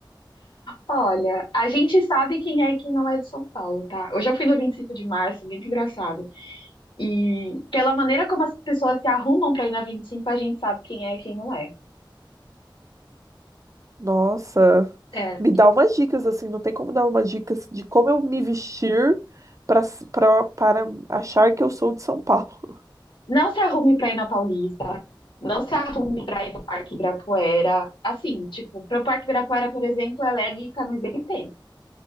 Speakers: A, on the left; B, on the right.
A: Olha, a gente sabe quem é e quem não é de São Paulo, tá? Hoje eu fui no 25 de março, muito engraçado. E pela maneira como as pessoas se arrumam pra ir na 25, a gente sabe quem é e quem não é.
B: Nossa,
A: É,
B: me dá umas dicas assim, não tem como dar umas dicas de como eu me vestir para pra, para achar que eu sou de São Paulo.
A: não se arrume pra ir na Paulista, não se arrume pra ir no Parque Ibirapuera. Assim, tipo, pro Parque Ibirapuera, por exemplo, é leg, camiseta e tênis,